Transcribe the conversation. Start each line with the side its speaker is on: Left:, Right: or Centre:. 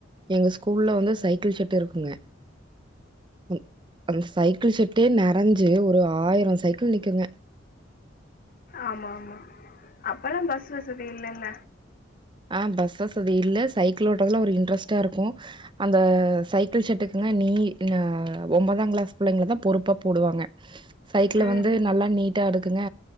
Right: எங்க ஸ்கூல்ல வந்து சைக்கிள் செ ட்ருக்குங்க ம் அந்த சைக்கிள் செட்டே நெறஞ்சு ஒரு ஆயிரோ சைக்கிள் நிக்குங்க
Left: ஆமாமா அப்பல்லா பஸ் வசதி இல்லல்ல
Right: ஆ பஸ் வசதி இல்ல சைக்கிள் ஓட்றதுல ஒரு இன்ட்ரெஸ்ட்டா இருக்கு அந்த சைக்கிள் செட்டுக்கு நீ இந்த ஒம்பதாங்கிளாஸ் பிள்ளைங்களதா பொறுப்பா போடுவாங்க சைக்கிளு
Left: ம்
Right: வந்து நல்லா நீட்டா அடுக்குங்க